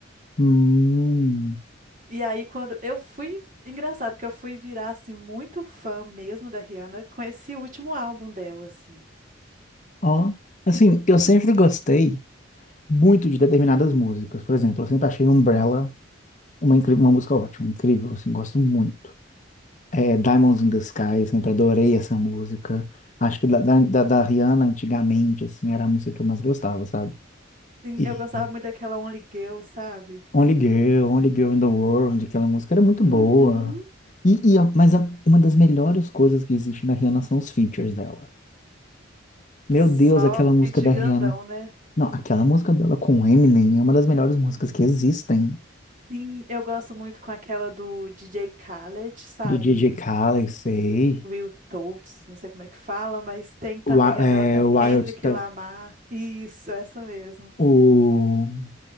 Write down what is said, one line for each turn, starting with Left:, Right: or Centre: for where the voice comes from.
Left: Hum,
Right: E aí, quando eu fui... Engraçado que eu fui virar, assim, muito fã mesmo da Rihanna com esse último álbum dela, assim.
Left: ó, assim, eu sempre gostei muito de determinadas músicas. Por exemplo, eu sempre achei Umbrella uma, incri- uma música ótima, incrível, assim, gosto muito. É, Diamonds in the Sky, sempre adorei essa música. Acho que da, da, da da Rihanna, antigamente, assim, era a música que eu mais gostava, sabe?
Right: Sim,
Left: E
Right: eu gostava muito daquela Only Girl, sabe?
Left: Only Girl, Only Girl in the World, aquela música era muito
Right: Uhum.
Left: boa. E, e a- mas a- uma das melhores coisas que existe na Rihanna são os features dela. Meu
Right: Só
Left: Deus, aquela música
Right: feat
Left: da
Right: grandão,
Left: Rihanna.
Right: né?
Left: Não, aquela música dela com o Eminem é uma das melhores músicas que existem.
Right: Sim, eu gosto muito com aquela do DJ Khaled, sabe?
Left: Do DJ Khaled, sei.
Right: Will Totes, não sei como é que fala, mas tem também
Left: Wi-
Right: a dela
Left: é,
Right: com o Kendrick
Left: Wild, Ta-
Right: Lamar. Isso, essa mesmo.
Left: o...